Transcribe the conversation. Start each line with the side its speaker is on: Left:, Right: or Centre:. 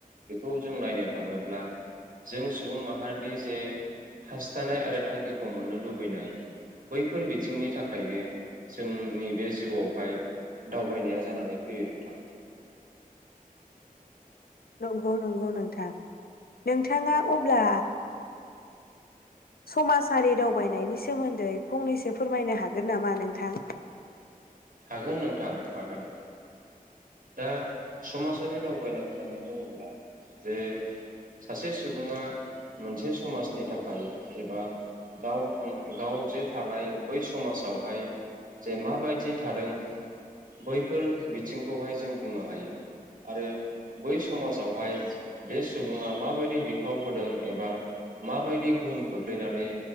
Right: बेखौ जों नायनो थाङोब्ला जों सुबुं माहारिनि जे हास्थायनाय आरो थांखिखौ मोननो लुबैनाय बैफोर बिथिंनि थाखायनो जोंनि बे जिउआवहाय दावबायनाया जानानै फैयो नोंथां।
Left: नंगौ नंगौ नोंथां नोंथाङा अब्ला समाजारि दावबायनायनि सोमोन्दै फंनैसो फोरमायनो हागोन नामा नोंथां?
Right: हागोन नोंथां हागोन दा समाजारि दावबायनाय होननानै बुङोब्ला जे सासे सुबुंङा मोनसे समाजनि थाखाय एबा गाव थां गाव जे थानाय बै समाजावहाय जे माबायदि थादों बैफोर बिथिं खौहाय जों बुंनो हायो आरो बै समाजावहाय बे सुबुङा माबायदि बिफाव होदों एबा माबायदि गोहोम खोख्लैनानै